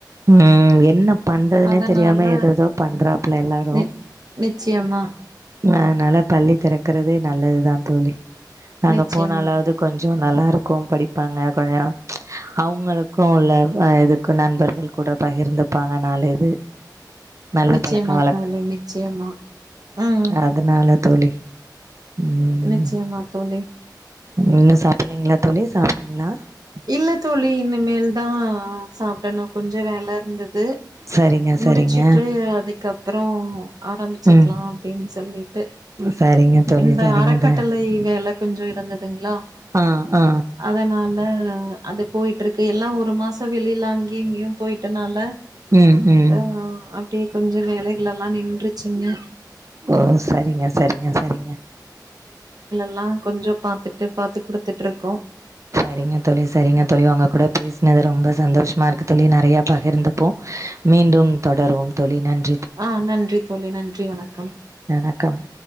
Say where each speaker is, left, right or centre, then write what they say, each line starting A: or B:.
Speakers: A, on the right (about 45°); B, on the right (about 60°).
A: உம் என்ன பண்றதுனே
B: அதனால
A: தெரியாம எததோ பண்றாப்புல எல்லாரும்
B: நி நிச்சயமா
A: அ அதனால பள்ளி திறக்கறதே நல்லது தா தோழி நாங்க
B: நிச்சயமா
A: போனாலாவது கொஞ்சோ நல்லாருக்கு படிப்பாங்க கொஞ்ச அவங்களுக்கு உள்ள இதுக்கு நண்பர்கள் கூட பகிர்ந்துபாங்க நாலு இது நல்ல
B: நிச்சயமா
A: பழக்க
B: தோழி நிச்சயமா ம்
A: அதுனால தோழி ம்
B: நிச்சயமா தோழி
A: இன்னு சாப்ட்லைங்களா தோழி சாப்டிங்ளா
B: இல்ல தோழி இனிமேல் தா சாப்டணு கொஞ்சோ வேலருந்தது
A: சரிங்க
B: முடிச்சுட்டு
A: சரிங்க
B: அது அதுக்கப்றோ ஆரம்பிச்சிக்லா
A: ம்
B: அப்டின் சொல்லி டு
A: சரிங்க தோழி
B: இந்த
A: சரிங்கட
B: அறக்கட்டளை வேல கொஞ்சோ இருந்து துங்கல
A: ஆ ஆ
B: அதனால் <unintelligible> அது போயிட்ருக்கு எல்லா ஒரு மாச வெளிலா அங்கயு இங்கயு போயிட்டனால
A: ம் ம்
B: அ அப்டியே கொஞ்ச வேலைகள் எல்லா நின்றுச்சுங்க
A: ஓ சரிங்க சரிங்க சரிங்க
B: எல்லா கொஞ்ச பாத்துட்டு பாத்து குடுத்துட்ருக்கோ
A: சரிங்க தோழி சரிங்க தோழி உங்க கூட பேசுனது ரொம்ப சந்தோஷமா இருக்கு தோழி நெறையா பகிர்ந்துபோ மீண்டும் தொடருவோம் தோழி நன்
B: அ நன்றி தோழி நன்றி வணக்கம்
A: வணக்கம்